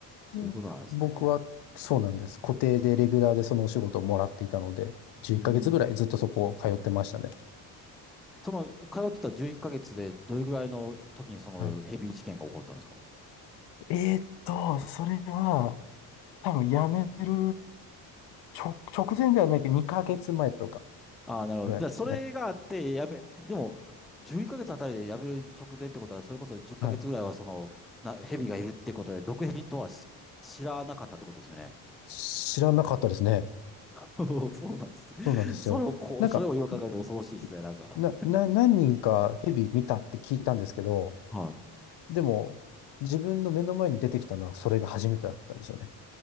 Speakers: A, in the centre; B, on the left.
A: そういうことなんですね。
B: で、僕はそうなんです。固定でレギュラーでそのお仕事をもらっていたので、11ヶ月ぐらいずっとそこを通ってましたね。
A: うーん。その、通ってた11ヶ月でどれぐらいの時にそのヘビ事件が起こったんですか
B: はいえーっと、それは、多分辞める直、直前ではないけど、2ヶ月前とか
A: ああ、なるほど。
B: ぐらいでしたね。
A: じゃあ、それがあって、やめ、でも、11ヶ月あたりでやめる直前ってことは、それこそ10ヶ月ぐらいは、
B: はい。
A: その、な、蛇がいるってことで、毒蛇とはし知らなかったってことですよね。
B: 知らなかったですね。
A: <laughs> そうなんです。
B: そうなんですよ。
A: それをこう、
B: なんか、
A: それを言いかえると恐ろしいですね、
B: ひな、
A: なんか。
B: な、何人かヘビ見たって聞いたんですけど、
A: はい。
B: でも、自分の目の前に出てきたのはそれが初めてだったんですよね。